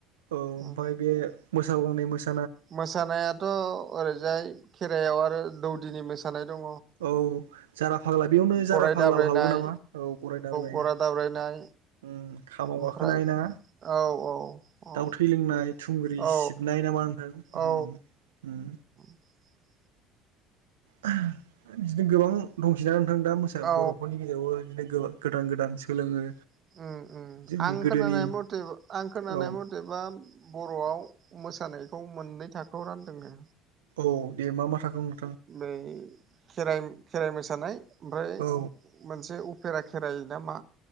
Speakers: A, on the right (about 85°); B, on the right (about 45°).
A: औ ओमफ्राय
B: उम
A: बे मोसागलांनाय मोसानाय
B: मोसानायाथ' ओरैजाय खेराइायाव आरो दौदिनि मोसानाय दङ।
A: औ जारा फाग्ला बेयावनो जारा
B: गराय
A: फाग्लाबो
B: दाब्रायनाय
A: हाबो नामा औ गराय दाबलायनो
B: गराय दाब्रायनाय
A: ओ खामाव
B: ओमफ्राय
A: गाखोनाय ना
B: औ औ औ
A: दाउ थै लोंनाय थुंग्रि
B: औ
A: सिबनाय नामा नोंथां ओम
B: औ
A: ओम
B: <inaudible>
A: बिदिनो गोबां दंसै ना नोंथां दा मोसा
B: औ
A: बर'फोरनि गेजेरावबो बिदिनो गोबां गोदान गोदान सोलोङो
B: <inaudible>
A: जोंनि
B: आं
A: गोदोनि
B: खोनानाय मथे आं खोनानाय
A: औ
B: मथेबा बर'आव मोसानाय खौ मोननै थाखोआव रानदोंनो।
A: औ दे मा मा थागोन?
B: ै खेर खेराइ मोसानाय ओमफ्राय
A: औ
B: मोनसे खेरा खेराय न मा